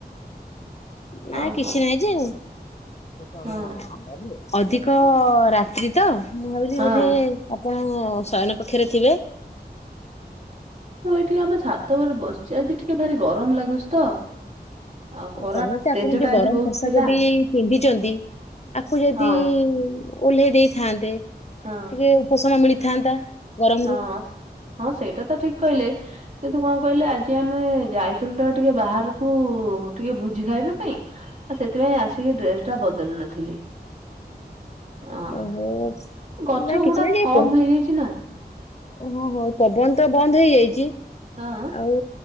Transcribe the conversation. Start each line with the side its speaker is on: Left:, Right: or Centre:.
Left: ନାଇ
Right: ଆଉ
Left: କିଛି
Right: କଣ
Left: ନାଇଁ ଯେ ଆଉ
Right: ହଁ
Left: ଅଧିକ ରାତ୍ରି ତ ମୁଁ ଭାବିଲି
Right: ହଁ
Left: ବୋଧେ ଆପଣ ଶୟନ କକ୍ଷରେ ଥିବେ।
Right: ଟିକେ ଆମ ଛାତ ଉପରେ ବସିଛି ଆଜି ଟିକେ ଭାରି ଗରମ ଲାଗୁଛି ତ। ଆଉ ଖରା
Left: କଣ କି ଆପଣ
Right: ତେଜ
Left: ଯୋଉ
Right: ଟା
Left: ଗରମ
Right: ଆଜି ବହୁତ
Left: ପୋଷାକଟି
Right: ଥିଲା
Left: ପିନ୍ଧିଛନ୍ତି ଆକୁ ଯଦି
Right: ହଁ
Left: ଓହ୍ଲେ ଦେଇଥାନ୍ତେ ଟିକେ
Right: ହଁ
Left: ଉପଶମ ମିଳିଥାନ୍ତା ଗରମ୍
Right: ହଁ
Left: ରୁ।
Right: ହଁ ସେଇଟା ତ ଠିକ୍ କଇଲେ। କିନ୍ତୁ କଣ୍ କହିଲେ ଆଜି ଆମେ ଯାଇଥିଲୁ ତ ଟିକେ ବାହାରକୁ ଟିକେ ଭୁଜି ଖାଇବା ପାଇଁ ଆ ସେଥିପାଇଁ ଆସିକି ଡ୍ରେସ୍ଟା ବଦଲି ନଥିଲି। ଆଉ
Left: ଅ ହୋପ୍ସ୍
Right: ଗଛ
Left: ନା
Right: ଗୁଡା
Left: କିଛି ନାହି
Right: ଥମ୍
Left: ଯାଇ ପ
Right: ହେଇଯାଇଛି ନା।
Left: ହ ହୋ ପବନ ତ ବନ୍ଦ୍ ହେଇଯାଇଚି
Right: ହଁ
Left: ଆଉ